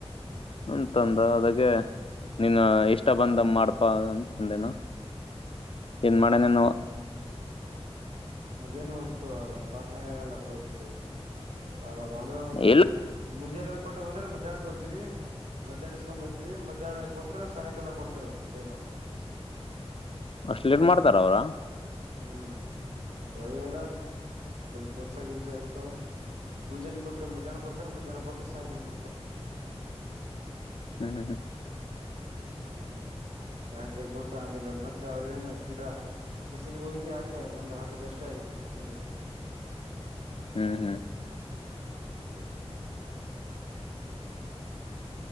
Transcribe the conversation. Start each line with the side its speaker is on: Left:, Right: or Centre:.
Left: ಅಂತಂದ ಅದೆ ನೀನ್ ಇಷ್ಟ ಬಂದಮ ಮಾಡ್ಪಾ ಅಂತಂದೆನ ಏನ್ ಮಾಡನೇನ
Right: ಅನು ಒಂತ ಒಂದ ತಾಸನಾಗ ಆಗಲ್ಲ ತೋಸಿ ಆಬಬ ಅಂದ್ರೆ ಒಂದುಮುಂಜಾನೆ
Left: ಎಲ್ಲ
Right: ಹೋಗ ಕೊಟ್ಟ ಬಂದ್ರೆ ಮಧ್ಯಾಹ್ನಕ್ಕೆ ಹೋದ್ತೀವಿ ಮಧ್ಯಾಹ್ನ ಇಸ್ಕೊಂಡ್ ಬರ್ತೀವಿ ಮಧ್ಯಾಹ್ನ ಕೊಟ್ರ ಸಾಯಂಕಾಲ ಕೊಡ್ತಾರ ಅವ್ರು ಸರಿ ಮಾಡಿ
Left: ಅಷ್ಟ್ ಲೇಟ್ ಮಾಡ್ತಾರ ಅವ್ರ
Right: ಹ್ಮ್ ಒಳಗೆಲ್ಲ ಕೆಲ್ಸ ಕೆಲ್ಸ ಇರ್ತವ ಮುಂಜಲಿ ಕೊಟ್ರ ಮುಧ್ಯಾಹ್ನ ಕೊಡ್ತಾರ ಮುಧ್ಯಾಹ್ನ ಕೊಟ್ರಿ ಸಾಯಂಕಾಲ ಕೊಡ್ತರ
Left: ಹ್ಮ್ ಹ
Right: ಹ್ಮ್ ಸಾಯಂಕಾಲ ಕೊಟ್ಟ ಆಮೇಲೆ ಮತ್ತೆ ಅದೇನು ಸೀದಾ ತಸೀಲಿಗೆ ಹೋಗಿ ಹಾಕ ಒಂದುಹಾಕದ ಎಷ್ಟ ಐತಿ ಮತ್ತೇನಿಲ್ಲ
Left: ಹ್ಮ್ ಹ್ಮ್
Right: ಹ್ಮ